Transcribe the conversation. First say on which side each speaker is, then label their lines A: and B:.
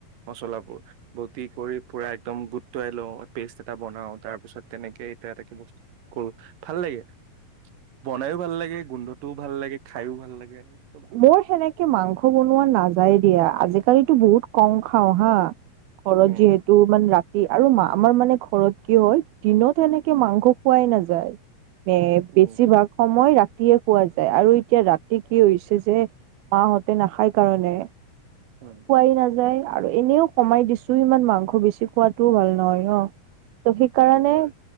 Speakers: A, on the right; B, on the right.
A: মচলাবোৰ বতি কৰি পুৰা একদম বুটুৱাই লওঁ পেষ্ট এটা বনাও তাৰ পিছত তেনেকে এটো এটা কে বস্তু কল ভাল লাগে বনাইও ভাল লাগে গোন্ধটোও ভাল লাগে খাইও ভাল লাগে চব ভাল
B: মোৰ
A: লাগে
B: সেনেকে মাংস বনোৱা নাযায় দিয়া আজি কালিতো বহুত কম খাওঁ হা ঘৰত
A: উম
B: যিহেতু মানে ৰা আৰু আমাৰ মানে ঘৰত কি হয় দিনত সনেকে মাংস খোৱাই নাযায়। এ
A: উম
B: বেছিভাগ সময় ৰা ৰাতিয়ে খোৱা যায় আৰু এতিয়া ৰাতি কি হৈছে যে মাহঁতে নাখাই কাৰণে
A: উম
B: খোৱাই নাযায়। আৰু এনেও কমাই দিছো ইমান মাংস বেছি খোৱাতটোও ভাল নহয় ন। ত সেইকাৰণে।
A: সেইটো হয়